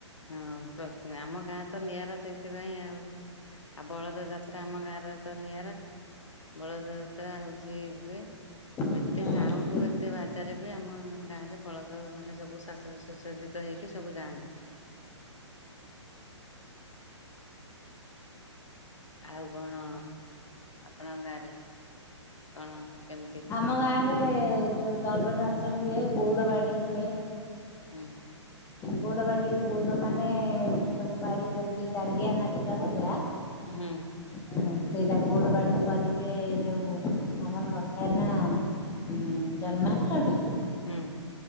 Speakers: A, on the left; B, on the left.
A: ହଁ ପ୍ର ଆମ ଗାଁ ତ ନିଆରା ସେଇଥିପାଇଁ ଆଉ। ଆଉ ବଳଦ ଯାତ୍ରା ଆମ ଗାଁରେ ତ ନିଆରା। ବଳଦ ଯାତ୍ରା ହଉଛି ହୁଏ।
B: ହୁଁ
A: ଏତେ
B: ହୁଁ।
A: ସାଉଣ୍ଡ ଏତେ ବାଜାରେ ବି ଆମ ଗାଁ ରେ ବଳଦ ମାନେ ସବୁ ଶାଷ ସୁସଜିତ ହେଇକି ସବୁ ଯାଆନ୍ତି। ଆଉ କଣ ଆପଣଙ୍କ ଗାଁ ରେ କଣ କେମିତି?
B: ଆମ ଗାଁ ରେ ଯୋଉ ଦଣ୍ଡ ନାଚ ହୁଏ ଗଉଡ ବାଡି ହୁଏ।
A: ହୁଁ।
B: ଗୋଡ଼ ବାଟି ଗୋଡ଼ ମାନେ ସବୁ ବାଡି ଧରିକି ଦାଣ୍ଡିଆ ନାଚିଲା ଭଳିଆ
A: ହୁଁ।
B: ହୁଁ ସେଇଟା ଗୋଡ ବାଡି କରିବେ ଯୋଉ ଆମର ଥାଏନାଁ ଉଁ ଜନ୍ମାଷ୍ଟମୀ।
A: ହୁଁ।